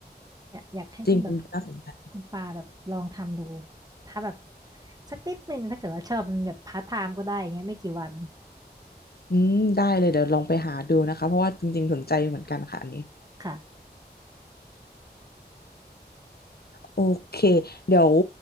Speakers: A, on the right; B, on the left.
A: เนี่ยอยากให้คุณแบบ
B: จริงเป็นน่าสนใจ
A: คุณปาแบบลองทำดูถ้าแบบสักนิดหนึ่งถ้าเกิดว่าชอบมันแบบพาร์ทไทม์ก็ได้อย่างเงี้ยไม่กี่วัน
B: อืมได้เลยเดี๋ยวลองไปหาดูนะคะเพราะว่าจริงๆสนใจเหมือนกันค่ะอันนี้
A: ค่ะ
B: โอเคเดี๋ยว